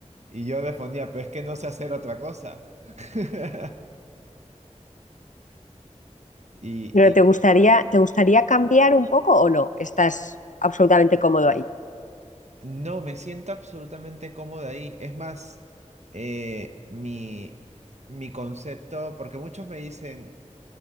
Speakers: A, on the right; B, on the left.
A: Y yo respondía, pero es que no sé hacer otra cosa. <laughs> Y,
B: Pero
A: y
B: ¿te gustaría, te gustaría cambiar un poco o no? ¿Estás absolutamente cómodo ahí?
A: no, me siento absolutamente cómodo ahí. Es más, eh, mi, mi concepto, porque muchos me dicen